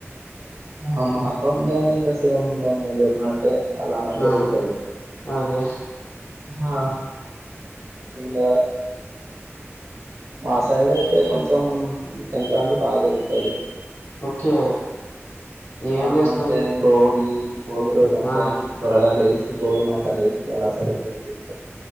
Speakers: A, on the right (about 75°); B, on the left (about 55°).
A: ఆ మాకు ఉందన్ని సేమ్ గ మీర్ చెప్పినట్టే అలానే జరుగుతది
B: ఆ, అదే
A: హా ఇంగ మా సైడ్ అయితే కొంచెం సంక్రాంతి బాగా జరుగుతది
B: ఓకే ఏం
A: ఆ
B: చేస్తారు
A: అంటే బోగి భోగి రోజు అంటే
B: ఆ,
A: అ త్వరగా లేస్ భోగి మంటలు వేసి అలా సెలబ్రేట్ చేస్